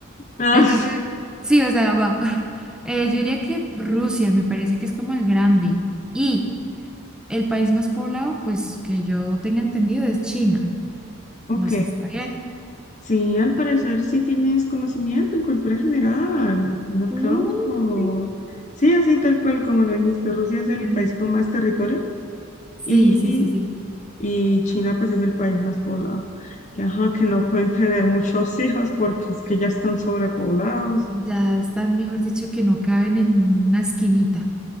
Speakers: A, on the left; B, in the centre.
A: Ah,
B: Entonces, yo- sí, o sea, va. <laughs> Eh, yo diría que Rusia me parece que es como el grande. Y el país más poblado, pues que yo tenga entendido, es China.
A: ok.
B: No sé, está bien.
A: Sí, al parecer sí tienes conocimiento en cultura general. Un aplauso.
B: Uy.
A: Sí, así tal cual como lo dijiste, Rusia es el
B: Mm,
A: país con más territorio
B: Sí,
A: y,
B: sí, sí, sí.
A: y China pues es el país más poblado. Que, ajá, que no pueden tener muchos <laughs> hijos porque es que ya están sobrepoblados.
B: Ya están, mejor dicho, que no caben en una esquinita.